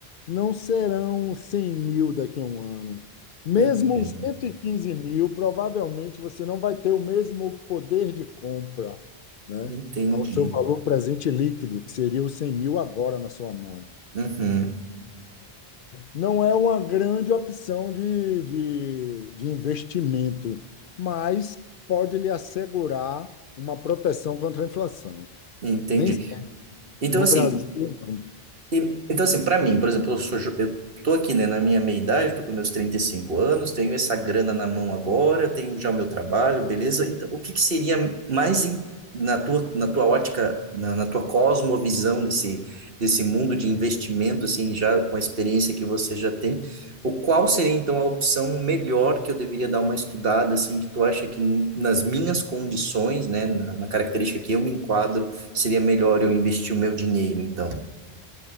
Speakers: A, on the left; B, on the right.
A: não serão 100 mil daqui a um ano. Mesmo
B: entendo.
A: os 115 mil, provavelmente você não vai ter o mesmo poder de compra, né?
B: Entendi.
A: Ao seu valor presente líquido, que seria os 100 mil agora na sua mão.
B: Uhum,
A: Não é uma grande opção de, de, de investimento, mas pode lhe assegurar uma proteção contra a inflação.
B: entendi.
A: Nem sempre.
B: Então,
A: No
B: assim,
A: Brasil, não.
B: E, então, assim, para mim, por exemplo, eu sou, jo- eu tô aqui, né, na minha meia-idade, tô com meus 35 anos, tenho essa grana na mão agora, tenho já o meu trabalho, beleza? Então, o que que seria mais in- na tua, na tua ótica, na, na tua cosmovisão desse, desse mundo de investimento, assim, já com a experiência que você já tem, o qual seria, então, a opção melhor que eu deveria dar uma estudada, assim, que tu acha que n- nas minhas condições, né, na, na característica que eu me enquadro, seria melhor eu investir o meu dinheiro, então?